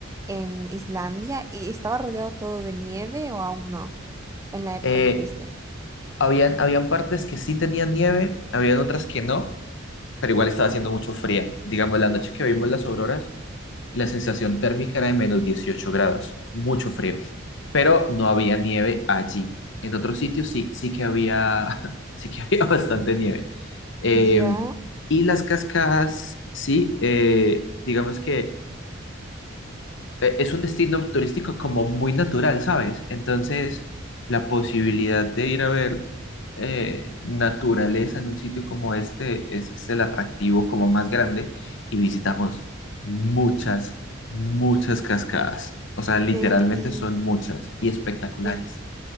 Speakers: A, on the right; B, on the left.
A: en Islandia? ¿Y estaba rodeado todo de nieve o aún no? En la época
B: Eh,
A: que fuiste.
B: Habían, habían partes que sí tenían nieve, habían otras que no, pero igual
A: Ajá.
B: estaba haciendo mucho fría. Digamos, la noche que vimos las auroras, la sensación térmica era de menos 18 grados, mucho frío, pero no había nieve allí. En otros sitios sí, sí que había, <laughs> sí que había bastante
A: Mm,
B: nieve. Eh,
A: Ya.
B: y las cascadas, sí, eh, digamos que eh, es un destino turístico como muy natural, ¿sabes? Entonces, la posibilidad de ir a ver eh, naturaleza en un sitio como este es, es el atractivo como más grande y visitamos muchas, muchas cascadas. O sea, literalmente
A: ¿Qué dis
B: son muchas y espectaculares.
A: en